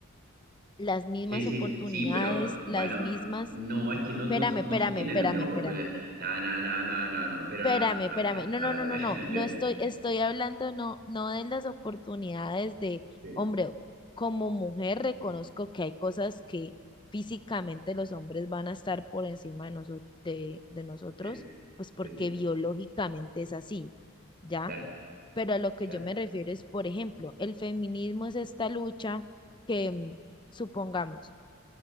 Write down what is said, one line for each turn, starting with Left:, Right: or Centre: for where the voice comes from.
Left: las mismas
Right: Sí, sí,
Left: oportunidades,
Right: sí, pero bueno,
Left: las mismas.
Right: no, es que no,
Left: Espérame,
Right: no se, no
Left: espérame,
Right: se tiene
Left: espérame,
Right: la misma oportunidad.
Left: espérame.
Right: No, no, no, no, no, no, pero
Left: Espérame,
Right: nada, no,
Left: espérame.
Right: mentiras,
Left: No,
Right: nada,
Left: no, no,
Right: dale,
Left: no,
Right: dale,
Left: no.
Right: <laughs> dale,
Left: No
Right: dale.
Left: estoy, estoy hablando no, no de las oportunidades de,
Right: Sí,
Left: hombre, como mujer reconozco que hay cosas que físicamente los hombres van a estar por encima de, noso- de, de nosotros,
Right: sí,
Left: pues porque
Right: sí, sí,
Left: biológicamente es así, ¿ya?
Right: claro,
Left: Pero a lo que
Right: claro,
Left: yo me refiero es, por ejemplo, el feminismo es esta lucha que, mm, supongamos,